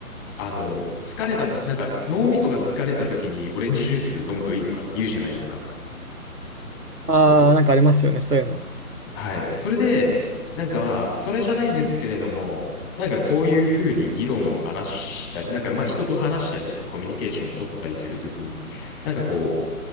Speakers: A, on the left; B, on the right.
A: あの、疲れた、なんか脳みそが疲れた時にオレンジジュース飲むといいとかって言うじゃないですか。
B: ああ、
A: そう。
B: なんかありますよね、そういうの。
A: はい。それで、なんかまあ、それじゃないですけれども、なんかこういうふうに議論を話したり、なんかまあ人と話したりとかコミュニケーション取ったりするときに、なんかこ